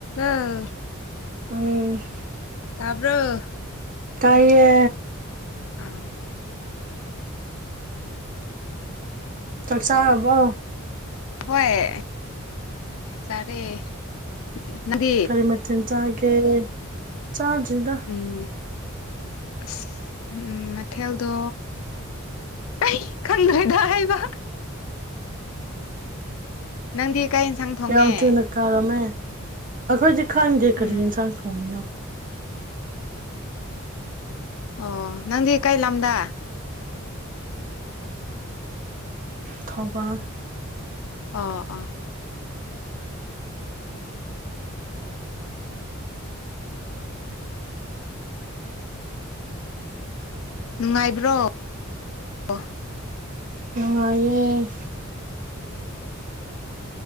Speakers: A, on the left (about 70°); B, on the right (about 40°).
A: ꯑꯥ
B: ꯎꯝ
A: ꯇꯥꯕꯔꯣ
B: ꯇꯥꯏꯌꯦ
A: ꯑꯥ
B: ꯆꯥꯛ ꯆꯥꯔꯕꯣ
A: ꯍꯣꯏ ꯆꯥꯔꯦ ꯅꯪꯗꯤ
B: ꯀꯔꯤ ꯃꯊꯦꯜ ꯆꯥꯔꯒꯦ ꯆꯥꯗꯔꯤ ꯗ
A: ꯎꯝ ꯑꯁ ꯎꯝ ꯀꯩꯊꯦꯜꯗꯣ ꯑꯩ ꯈꯪꯗ꯭ꯔꯦꯗ ꯍꯥꯏꯕ ꯅꯪꯗꯤ ꯀꯩ ꯌꯦꯟꯁꯥꯡ ꯊꯣꯡꯉꯦ
B: ꯌꯥꯝ ꯊꯨꯅ ꯀꯥꯔꯝꯃꯦ ꯑꯩꯈꯣꯏꯁꯨ ꯈꯪꯗꯦ ꯀꯔꯤ
A: ꯎꯝ
B: ꯌꯦꯟꯁꯥꯡ ꯊꯣꯡꯉꯤꯅꯣ
A: ꯑꯣ ꯅꯪꯗꯤ ꯀꯩ ꯂꯝꯗꯥ
B: ꯊꯣꯕꯥꯜ
A: ꯑꯥ ꯑꯥ ꯅꯨꯡꯉꯥꯏꯕ꯭ꯔꯣ ꯑꯣ
B: ꯅꯨꯡꯉꯥꯏꯌꯦ